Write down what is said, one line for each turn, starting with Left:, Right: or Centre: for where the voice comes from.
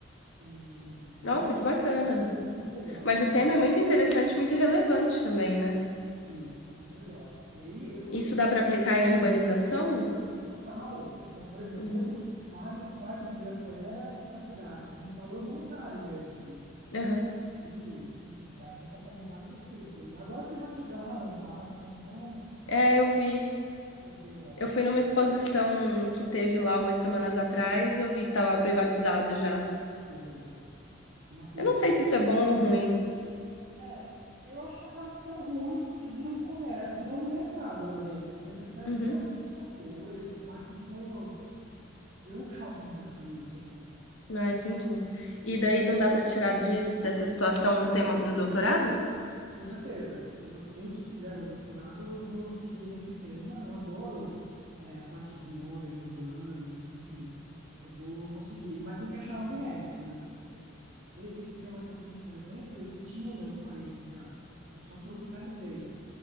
Right: e eu,
Left: Nossa,
Right: não-
Left: que bacana.
Right: foi muito legal.
Left: Mas o
Right: Foi-
Left: tema é muito interessante, muito relevante também, né?
Right: Sim, muito legal. E aí eu consegui
Left: Isso dá
Right: ver
Left: para aplicar em urbanização?
Right: total. Então, por exemplo,
Left: Uhum,
Right: quanto vale o Parque do Ibirapuera para a cidade? Um valor monetário mesmo, assim.
Left: aham.
Right: E, enfim, daria para fazer vários estudos ali. Agora privatizaram o parque, né? Então,
Left: É, eu vi.
Right: perdeu a
Left: Eu fui numa exposição que teve lá umas semanas atrás, eu vi que estava privatizado já.
Right: coisa. Uma pena.
Left: Eu não sei se isso é bom ou ruim.
Right: É, eu acho que acaba ficando ruim porque vira um comer, virou um mercado lá dentro. Você percebe
Left: Uhum.
Right: que é muita coisa, o parque virou, virou um shopping praticamente, assim.
Left: Ah, entendi. E daí não dá pra tirar disso, dessa situação um tema pro doutorado?
Right: Com certeza. Eu, eu, se fizer o doutorado, eu vou seguir nesse tema. Eu adoro, é, a parte de imóveis urbanos, enfim. Eu vou, vou seguir. Mas tem que achar algo inédito, né? E- e- Esse tema que eu fiz, por exemplo, ele tinha em outros países já. Eu só tropicalizei.